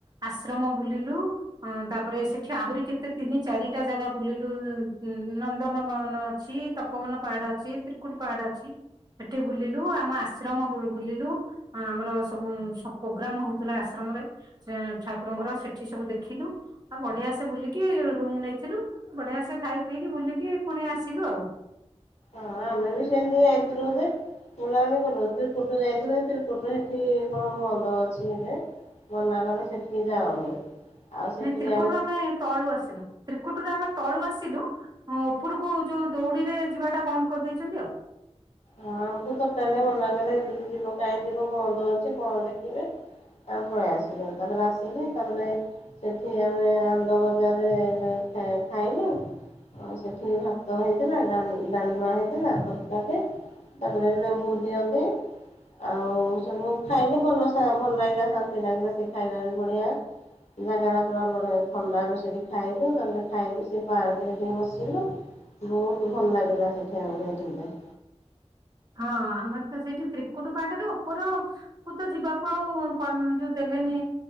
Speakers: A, on the right; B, on the left.
A: ଆଶ୍ରମ ବୁଲିଲୁ! ହୁଁ, ତାପରେ ସେଠି ଆହୁରି କେତେ ତିନି ଚାରିଟା ଜାଗା ବୁଲିଲୁ ନନ୍ଦନ ମହନ ଅଛି। ତପବନ ପାହାଡ ଅଛି ତ୍ରିକୁଟି ପାହାଡ ଅଛି ସେଠି ବୁଲିଲୁ ଆମ ଆଶ୍ରମ ବୁଲିଲୁ। ହଁ ଆମର ସବୁ ସବୁ ସ ପ୍ରୋଗ୍ରାମ ହଉଥିଲା ଆଶ୍ରମରେ। ସେ ଠାକୁରଙ୍କର ସେଠି ସବୁ ଦେଖିଲୁ! ଆଉ ବଢିଆ ସେ ବୁଲିକି ରୁମ ନେଇଥିଲୁ ବଢିଆ ସେ ଖାଇ ପିଇକି ବୁଲିକି ପୁଣି ଆସିଲୁ ଆଉ!
B: ହଁ, ଆମେ ବି ସେମିତି ଯାଇଥିଲୁ ଏବେ? ବୁଲା ବୁଲି କଲୁ ତ୍ରିକୁଟ ଯାଇଥିଲୁ ଯେ ସେ ତ୍ରୀକୁଟିରେ ହେଟି କଣ ବନ୍ଦ ଅଛି ଏବେ! ମନା କଲେ ସେଠିକି ଯାଅନି! ଆଉ ସେଠିକି
A: ନାଇଁ ତ୍ରିକୁଟୁ ଆମେ ତଳୁ ଆସିଲୁ ତ୍ରକୁଟୁରୁ ଆମେ ତଳୁ ଆସିଲୁ! ହଁ, ଉପରକୁ ଯୋଉ ଦୌଡ଼ିରେ ଯିବାଟା ବନ୍ଦ କରିଦେଇଛନ୍ତି ଆଉ!
B: ହଁ, ଆମକୁ ଟୋଟାଲ ମନା କଲେ ସେଠିକି ଯିବ କାଇଁ ଯିବ ବନ୍ଦ ଅଛି କଣ ଦେଖିବେ! ଆମେ ପଳେଇ ଆସିଲୁ ତାପରେ ଆସିଲି ତାପରେ ସେଠି ଆମେ ଆନନ୍ଦ ବଜାରରେ ଖା ଖାଇନୁ। ଆଉ ସେଠି ଭାତ ହେଇଥିଲା, ଡାଲ ଡାଲମା ହେଇଥିଲା, ତରକାରୀ। ତାପରେ ଲେମ୍ବୁ ଦିଅନ୍ତି! ଆଉ ସବୁ ଖାଇଲୁ ଭଲ ଶା ଭଲ ଲାଗିଲା ଶାନ୍ତି ଲାଗିଲା ସେ ଖାଇବା ବି ବଢ଼ିଆ। ସେ ଜାଗା ଟା ପୁରା ବଢିଆ ଥଣ୍ଡାରେ ସେଟି ଖାଇଲୁ ତା ପରେ ସେଠି ଖାଇଲୁ ତାପରେ ଖାଇକି ସେ ପାର୍କରେ ଟିକେ ବସିଲୁ! ବହୁତ ଭଲ ଲାଗିଲା ସେଠି ଆମକୁ <inaudible>
A: ହଁ ଆମର ତ ସେଇଠି ତ୍ରିକୁଟୁ ପାହାଟରୁ ଉପୁରୁ କୁ ତ ଯିବାକୁ ଆଉ ପର୍ ଯୋଉ ଦେଲେନି